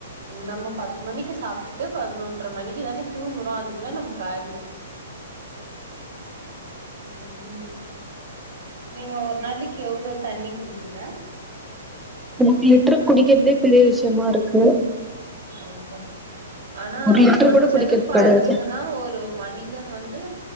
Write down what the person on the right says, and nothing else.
நம்ப பத்து மணிக்கி சாப்ட்டுட் ட்டு பதினொன்ற மணிக்கி தானே தூங்குறோ அதுக்குல்ல நமக்காகிடு ம் நீங்க ஒரு நாளிக்கி எவ்ளோ தண்ணி குடிப்பீங்க
ஆமா அனா
குறஞ்சது
பாத்தீங்கனா
ஒர் ரு மனிதன் வந்து..